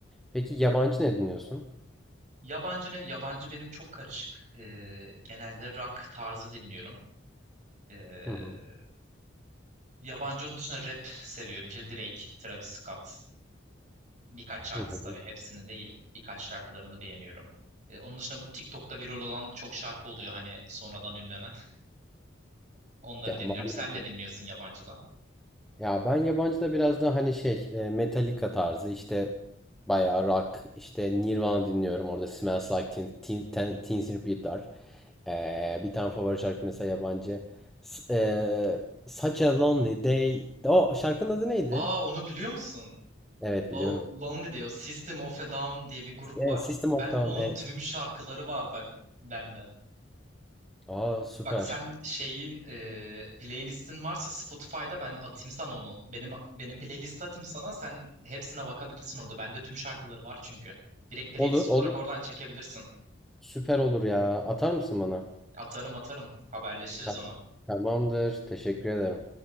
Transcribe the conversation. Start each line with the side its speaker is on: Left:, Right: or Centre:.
Centre: Peki yabancı ne dinliyorsun?
Right: Yabancı ne? Yabancı benim çok karışık. E, genelde rock tarzı dinliyorum. Ee,
Centre: Hı hı.
Right: yabancı onun dışında rap seviyorum. İşte Drake, Travis Scott. Birkaç şarkısı
Centre: Hı hı.
Right: tabii hepsini değil. Birkaç şarkılarını beğeniyorum. Ee, onun dışında bu TikTok'ta viral olan çok şarkı oluyor hani sonradan ünlenen. <laughs> Onları
Centre: Ya
Right: dinliyorum.
Centre: var
Right: Sen
Centre: mı?
Right: ne dinliyorsun yabancıda?
Centre: Ya ben yabancıda biraz daha hani şey e, Metallica tarzı işte bayağı rock işte Nirvana dinliyorum orada Smells Like Teen, Teen, Teen, Teen Spirit var. Ee, bir tane favori şarkı mesela yabancı. S e, Such a Lonely Day. O şarkının adı neydi?
Right: Aa onu biliyor musun?
Centre: Evet
Right: O
Centre: biliyorum.
Right: Lonely Day, o System of a Down diye bir grup
Centre: E,
Right: var.
Centre: System
Right: Ben
Centre: of Down
Right: onun
Centre: evet.
Right: tüm şarkıları var bak bende.
Centre: Aa süper.
Right: Bak sen şeyin e, playlistin varsa Spotify'da ben atayım sana onu. Benim benim playlist atayım sana. Sen hepsine bakabilirsin orada. Bende tüm şarkıları var çünkü. Direkt playlist
Centre: Olur
Right: olarak
Centre: olur.
Right: oradan çekebilirsin.
Centre: Süper olur ya. Atar mısın bana?
Right: Atarım atarım. Haberleşiriz
Centre: Tamam.
Right: onu.
Centre: Tamamdır. Teşekkür ederim.